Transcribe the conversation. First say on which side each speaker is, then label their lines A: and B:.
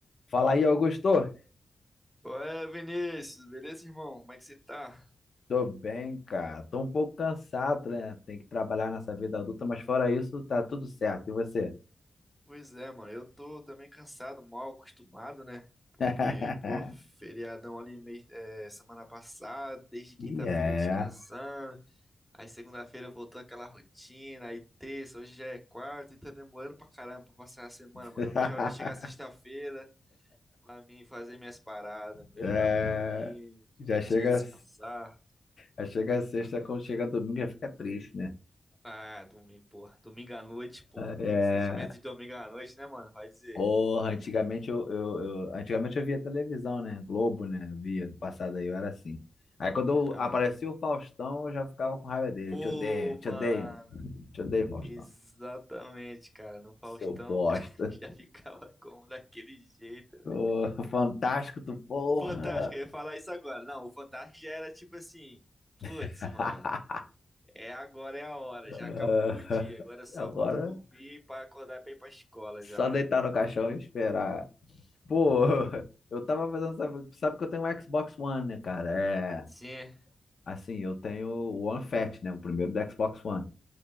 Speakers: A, on the left (about 55°); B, in the centre.
A: Fala aí, Augusto.
B: Qual é, Vinícius? Beleza, irmão? Como é que você tá?
A: Tô bem, cara. Tô um pouco cansado, né? Tem que trabalhar nessa vida adulta, mas fora isso, tá tudo certo. E você?
B: Pois é, mano. Eu tô também cansado, mal acostumado, né? Porque,
A: <laughs>
B: pô, feriadão ali mês- é, semana passada, desde quinta-feira
A: Yeah.
B: descansando. Aí segunda-feira voltou aquela rotina. Aí terça, hoje já é quarta e tá demorando pra caramba pra passar a semana,
A: <laughs>
B: mano. Não vejo a hora de chegar sexta-feira pra mim fazer minhas paradas,
A: É,
B: jogar meus joguinhos, divertir,
A: Já chega,
B: descansar.
A: já chega a sexta, quando chega domingo já fica triste, né?
B: Ah, domingo, porra. Domingo à noite, porra. Aquele
A: É...
B: sentimento de domingo à noite, né, mano? Vai dizer.
A: Porra, antigamente eu, eu, eu- antigamente eu via televisão, né? Globo, né? Eu via no passado aí, eu era assim. Aí quando
B: Ah.
A: eu- aparecia o Faustão, eu já ficava com raiva dele.
B: Pô,
A: Te odeio, te
B: mano.
A: odeio, te odeio, Faustão.
B: Exatamente, cara. No Faustão,
A: Seu bosta.
B: o cara <laughs> já ficava como daquele jeito, velho.
A: Ô, <laughs> fantástico, tu porra.
B: O Fantástico, eu ia falar isso agora. Não, o Fantástico já era tipo assim. Putz,
A: <laughs>
B: mano. É agora, é a hora.
A: Ah,
B: Já acabou o dia. Agora só
A: Agora,
B: volta a dormir pra acordar pra ir pra escola
A: só
B: já,
A: deitar
B: mano.
A: no caixão e esperar. Pô, <laughs> eu tava fazendo. Sabe, tu sabe que eu tenho um Xbox One, né, cara? É.
B: Sim,
A: Assim, eu tenho o One Fat, né? O primeiro do Xbox One.